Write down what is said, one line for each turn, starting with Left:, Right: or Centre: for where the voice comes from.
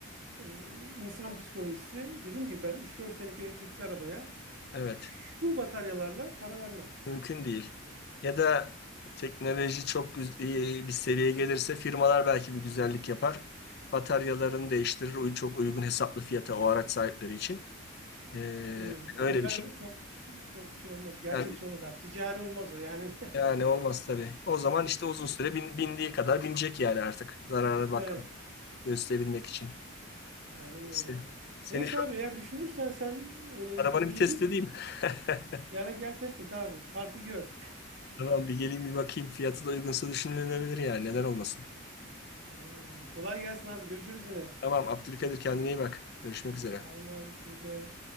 Right: e, insan psikolojisi dediğim gibi ben üç dört senelik bir elektrikli arabaya
Left: Evet.
Right: Şu bataryalarla para vermem.
Left: Mümkün değil. Ya da teknoloji çok güz- iyi bir seviyeye gelirse firmalar belki bir güzellik yapar. Bataryalarını değiştirir. uy- Çok uygun hesaplı fiyata o araç sahipleri için. Ee,
Right: Hmm,
Left: öyle
Right: ya ben
Left: bir şey.
Right: çok çok şey olmaz. Gerçekçi
Left: Yani,
Right: olmaz abi. Ticari olmaz o yani. <laughs>
Left: yani olmaz tabii. O zaman işte uzun süre bin- bindiği kadar binecek yani artık. Zarara bak
Right: Evet.
Left: gösterebilmek için.
Right: Aynen
Left: Neyse.
Right: öyle abi.
Left: Senin
Right: Neyse
Left: şu
Right: abi eğer düşünürsen sen öyle elektrikli
Left: arabanı bir
Right: hibrit
Left: test edeyim. <laughs>
Right: yara gel test et abi. Farkı gör.
Left: Tamam bir geleyim bir bakayım. Fiyatı da uygunsa düşünülebilir yani. Neden olmasın?
Right: <laughs> Tamam abi. Kolay gelsin abi. Görüşürüz yine.
Left: Tamam Abdülkadir kendine iyi bak. Görüşmek üzere.
Right: Sağ olun abi siz de.